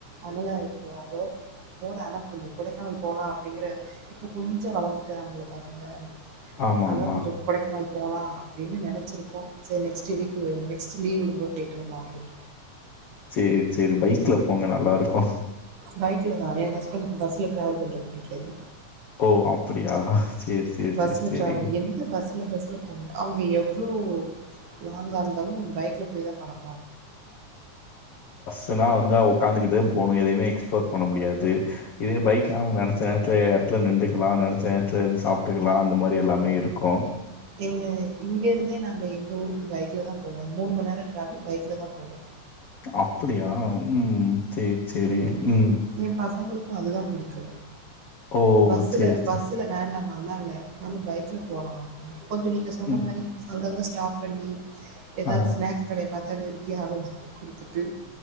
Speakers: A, on the right; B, on the left.
A: அதனால்ப் போவா போல ஆனா கொஞ்சோ கொடைக்கானல் போலா அப்டிங்கற இப்ப கொஞ்ச வளந்துட்டுறாங்களு பசங்க
B: ஆமாமா.
A: அதா கொஞ்சோ கொடைக்கனல் போலா அப்டின்னு நெனைச்சிருக்கோ ஸ நெக்ஸ்ட்டு வீக்கு <unintelligible> நெக்ஸ்ட் லீவ் விடும்போத் போய்ட்டு வரலா அப்பின்ற
B: சேர் சரி பைக்ல போங்க நல்லாருக்கு
A: பைக்ல தா எ ஹஸ்பண்க்கு பஸ்ல ட்ராவல் பண்றது பிடிக்காது
B: ஓ அப்படியா சேரி, சேரி,
A: பஸ்ல
B: சேரி, சேரி.
A: டிராவல் என்ன பஸ்ல பஸ்ல போறீங்க அவங்க எவ்ளோ லாங்கா இரு தாலு பைக்ல போய் தா பழக்கொ
B: பின்னால வந்தா ஒக்காந்துக்கிட்டுதே போணு எதையுமே எக்ஸ்ப்ளோர் பண்ண முடியாது இதே பைக்ன்னா அவங்க நெனச்ச நேரத்ல த்ல நிண்டுக்லா நெனைச்ச நேரத்ல இருந்து சாப்ட்டுக்லா அந்த மாரி எல்லாமே இருக்கூ
A: ஏங்க இங்க இருந்தே நாங்க எங்க ஊருக் கு பைக்ல தா போவோ மூணு மண் நேர டிராவல் பைக்ல தா போவோ
B: அப்டியா ம் சேரி, சேரி.
A: ஏ
B: ம்.
A: ஏ பசங்களுக்கு அதுதா பிடிக்கு
B: ஓ!
A: பஸ்ல
B: சேரி, சேரி.
A: பஸ்ல வேண்டா நல்லா இல்ல நம்ம பைக்ல போலா அப்டினு கொஞ்சொ நீங்க சொன்ன
B: ம்.
A: மாரி அங்கங்க ஸ்டாப் பண்ணி ஏதாவது
B: ஆ.
A: ஸ்நாக்ஸ் கடய பாத்தா நொறுக் கியே அப்டியே குடுத்துட்டு